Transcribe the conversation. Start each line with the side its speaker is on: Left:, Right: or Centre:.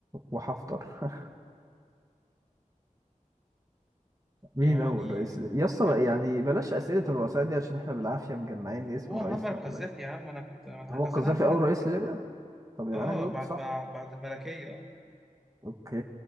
Right: وحفتر <laughs> مين
Centre: يعني
Right: اول رئيس ليبيا؟ يا اسطى
Centre: إجابتك
Right: يعني بلاش اسئله الرؤساء دي عشان احنا بالعافيه مجمعين اسم
Centre: هو
Right: رئيسنا
Centre: معمر القذافي
Right: وبس
Centre: يا عم أنا كنت أنا
Right: هو
Centre: ع-
Right: القذافي
Centre: أصل أنا عارف
Right: اول
Centre: إنك
Right: رئيس ليبيا طب يبقى
Centre: آه
Right: انا جاوبت
Centre: بعد
Right: صح
Centre: ما بعد الملكية
Right: اوكي